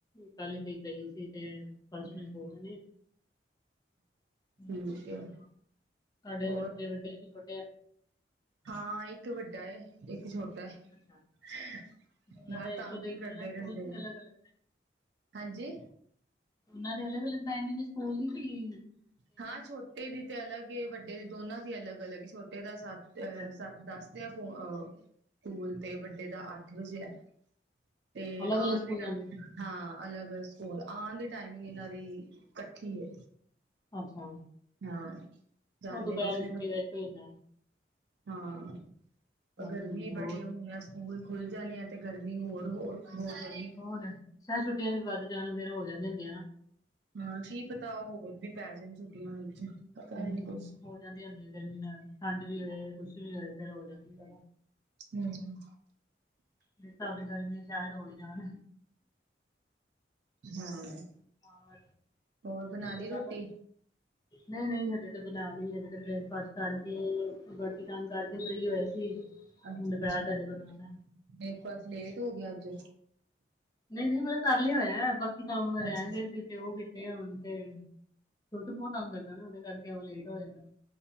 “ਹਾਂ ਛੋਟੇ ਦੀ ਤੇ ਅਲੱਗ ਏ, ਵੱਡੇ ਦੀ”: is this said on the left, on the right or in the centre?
Right